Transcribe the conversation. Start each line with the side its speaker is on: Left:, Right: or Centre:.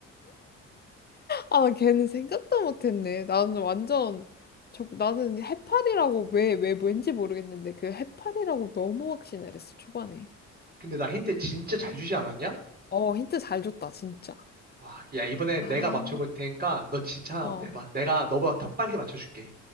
Left: 아, 나 걔는 생각도 못했네. 나는 완전, 저, 나는 해파리라고 왜, 왜 왠지 모르겠는데 그 해파리라고 너무 확신을 했어, 초반에.
Right: 근데 나 힌트 진짜 잘 주지 않았냐?
Left: 어, 힌트 잘 줬다, 진짜.
Right: 와, 야 이번에 내가
Left: 아,
Right: 맞춰볼 테니까 너 진짜 한번
Left: 어,
Right: 내봐. 내가 너보다 더 빨리 맞춰줄게.